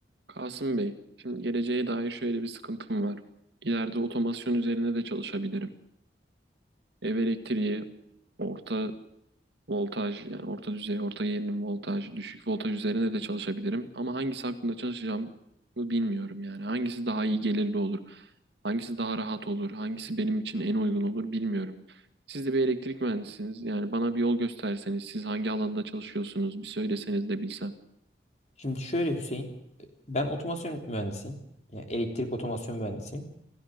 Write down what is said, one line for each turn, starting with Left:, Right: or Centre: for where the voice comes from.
Right: Kasım Bey, şimdi geleceğe dair şöyle bir sıkıntım var. İleride otomasyon üzerine de çalışabilirim. Ev elektriği, orta voltaj yani orta düzey, orta gerilim voltaj, düşük voltaj üzerine de çalışabilirim. Ama hangisi hakkında çalışacağım bilmiyorum yani. Hangisi daha iyi gelirli olur, hangisi daha rahat olur, hangisi benim için en uygun olur bilmiyorum. Siz de bir elektrik mühendisiniz. Yani bana bir yol gösterseniz, siz hangi alanda çalışıyorsunuz bir söyleseniz de bilsem.
Left: Şimdi şöyle Hüseyin, ben otomasyon mühendisiyim. Yani elektrik otomasyon mühendisiyim.